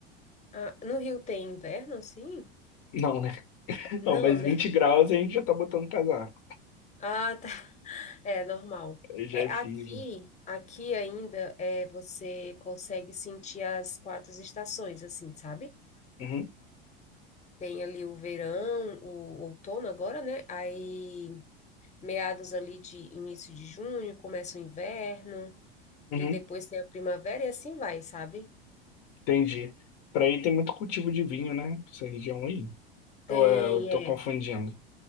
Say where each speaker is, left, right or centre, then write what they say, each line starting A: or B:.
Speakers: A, on the left; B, on the left.
A: Ah, no Rio tem inverno, assim?
B: Não, né? <laughs>
A: Não,
B: Não, mas
A: né?
B: 20
A: <laughs>
B: graus a gente já tá botando casaco.
A: Ah, tá. É normal.
B: Aí Já
A: É,
B: é frio,
A: aqui,
B: já.
A: aqui ainda é, você consegue sentir as quatro estações, assim, sabe?
B: Uhum,
A: Tem ali o verão, o outono agora, né? Aí, meados ali de início de junho, começa o inverno,
B: uhum,
A: e depois tem a primavera e assim vai, sabe?
B: entendi. Para aí tem muito cultivo de vinho, né? Essa região aí.
A: Tem,
B: Ou é, eu tô
A: é.
B: confundindo.